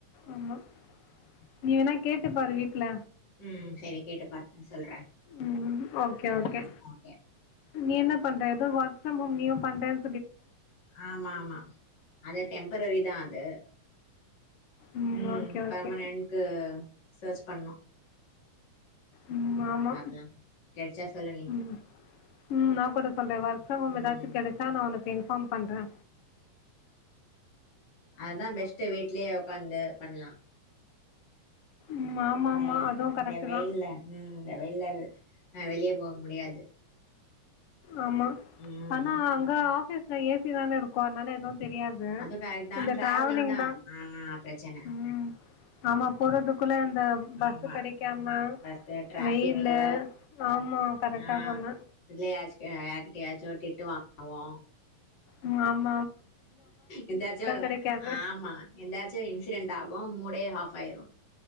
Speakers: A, on the left; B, on the left.
A: ஓகே
B: ஆமா நீ வேணா கேட்டு பாரு வீட்ல
A: உம் சரி கேட்டுப்பாத் சொல்ற
B: ம் ஓகே
A: உம்
B: ஓகே
A: ஓகே
B: நீ என்ன பண்ற எதோ ஒர்க்கு மும் நீயு பண்றன்
A: ஆமா ஆமா அது டெம்ப்ரரிதா அது
B: ம்
A: உம்
B: ஓகே
A: பர்மனன்கு
B: ஓகே
A: சர்ச் பண்ணு
B: ம் ஆமா
A: பாக்கலா கெடச்சா சொல்லு நீ
B: ம் ம் நா கூட சொல்ற ஒர்க் ஃப்ரம் ஹோம்
A: ம்
B: எதாச்சு கெடச்சா நா உனக்கு இன்ஃபார்ம் பண்ற
A: அதா பெஸ்ட்டு வீட்லியே உக்காந்து பண்லா
B: ம் ஆமா
A: இந்த
B: ஆமா அதுவும்
A: இந்த
B: கரெக்ட்டு
A: வெயில்ல
B: தான்
A: உம் இந்த வெயில்ல அ வெளிய போக முடியாது
B: ஆமா
A: ம்
B: ஆனா அங்க
A: பாக்கலா
B: ஆபீஸ்ல ஏசி தான இருக்கு அதனால எதுவு தெரியாது
A: அது கரெக்ட் தா
B: இந்த
A: டிராவலிங்
B: ட்ராவலிங்தா
A: தா ஆ பிரச்சன
B: ம் ஆமா போரோட்டுக் க பஸ்சு
A: ஆமா
B: கெடைக்காம
A: பஸ்ஸு டிராஃபிக்கு
B: வெய்யிலு ஆமா கரட்டா
A: ஆ
B: சொன்ன
A: இதுல யாச்க யார்கிட்டியாச்சு டிட்டு வாங்கவோ
B: உம் ஆம்
A: எந்தாச்சு ஒரு
B: கெடைக்காது
A: ஆம்மா எந்தாச்சு இன்சிடன்ட்டாகு மூடே ஆஃப் பயிரு